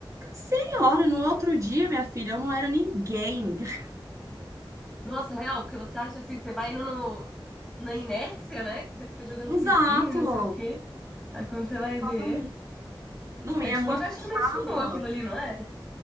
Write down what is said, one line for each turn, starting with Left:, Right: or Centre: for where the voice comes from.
Right: senhora, no outro dia, minha filha, eu não era ninguém. <laughs>
Centre: Nossa, real, porque você acha assim, você vai indo no, na inércia, né? Que você fica jogando
Right: Exato,
Centre: pezinho e não sei o quê. Aí quando você vai
Right: exatamente.
Centre: ver.
Right: Não,
Centre: É
Right: e é
Centre: tipo
Right: muito
Centre: um agachamento
Right: puxado.
Centre: sumô aquilo ali, não é?